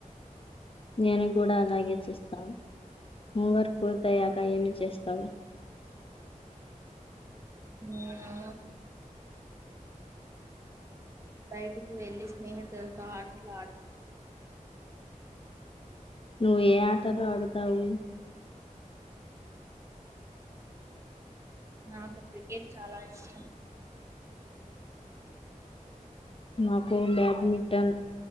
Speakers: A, on the left (about 40°); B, on the right (about 20°).
A: నేను కూడా అలాగే చేస్తాను హోంవర్క్ పూర్తి అయ్యాక ఏమి చేస్తావు
B: నేనా బయటికి వెళ్లి స్నేహితులతో ఆటలాడుతాం
A: నువ్వు ఏ ఆటలో ఆడుతావు
B: నాకు క్రికెట్ చాలా ఇష్టం
A: మాకు బ్యాడ్మింటన్